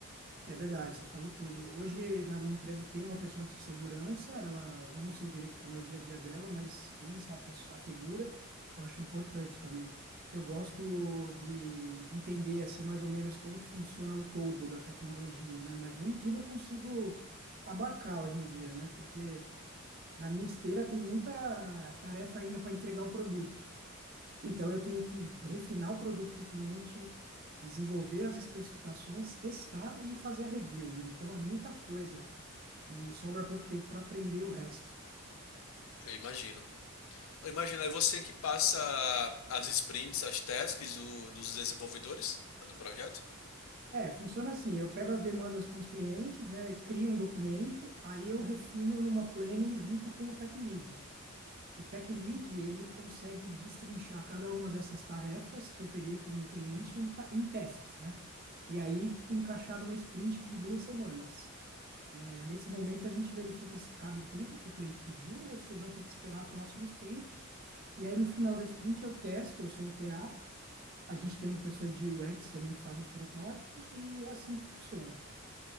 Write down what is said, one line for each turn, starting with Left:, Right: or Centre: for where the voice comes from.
Right: É verdade, você falou tudo. Hoje, na minha empresa, tem uma pessoa de segurança, ela, eu não sei direito como é o dia a dia dela, mas tem essa pessoa, essa figura, eu acho importante também. Eu gosto de entender, assim, mais ou menos como que funciona o todo da tecnologia, né? Mas nem tudo eu consigo abarcar hoje em dia, né? Porque na minha esteira tem muita tarefa ainda para entregar o produto. Então, eu tenho que refinar o produto com o cliente, desenvolver as especificações, testar e fazer a review, né? Então, é muita coisa e sobra pouco tempo para aprender o resto.
Left: Eu imagino. Eu imagino, é você que passa as sprints, as tasks do- dos desenvolvedores do projeto?
Right: É, funciona assim, eu pego as demandas com os clientes, né, crio um documento, aí eu refino numa planning junto com o Tech Lead. O Tech Lead, ele consegue destrinchar cada uma dessas tarefas que eu peguei com o cliente em, ta- em tasks, né? E aí encaixar numa sprint de duas semanas. É, Nesse momento, a gente verifica se cabe tudo que o cliente pediu ou se vai ter que esperar a próxima sprint. E aí, no final da sprint, eu testo, eu sou o QA. A A gente tem uma pessoa de UX também que faz os protótipos e é assim que funciona.